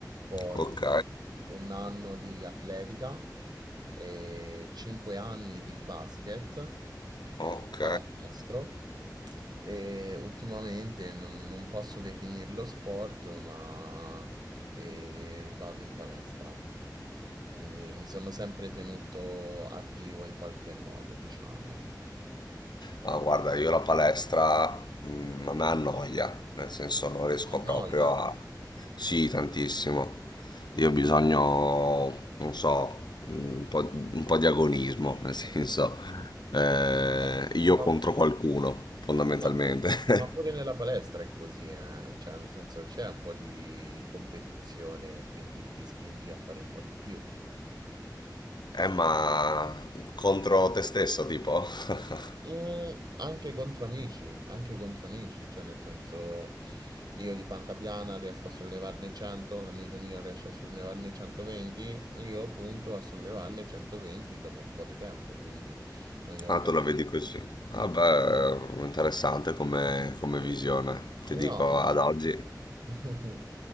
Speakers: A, on the right; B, on the left.
A: poi
B: Ok,
A: un anno di atletica e cinque anni di basket, quindi
B: ok.
A: pallacanestro. E ultimamente non, non posso definirlo sport, ma eh, vado in palestra. Quindi mi sono sempre tenuto attivo in qualche modo, diciamo.
B: Ah, guarda, io la palestra mm, a me annoia, nel senso non riesco
A: Ti annoia.
B: proprio a... Sì, tantissimo. Io ho bisogno, non so, un po', un po' di agonismo, nel senso eh,
A: Eh,
B: io
A: ma-
B: contro qualcuno, fondamentalmente.
A: No, ma pure
B: <laughs>
A: nella palestra è così, eh. Cioè, nel senso c'è un po' di competizione, quindi ti spingi a fare un po' di più.
B: Eh, ma contro te stesso, tipo? <laughs>
A: Mm, anche contro amici, anche contro amici, cioè nel senso io di panca piana riesco a sollevarne 100, l'amico mio riesce a sollevarne 120, io punto a sollevarne 120 dopo un po' di tempo, quindi ogni volta
B: Ah, tu
A: che...
B: la vedi così. Vabbè, interessante come, come visione. Ti dico,
A: No, ma...
B: ad oggi
A: <laughs>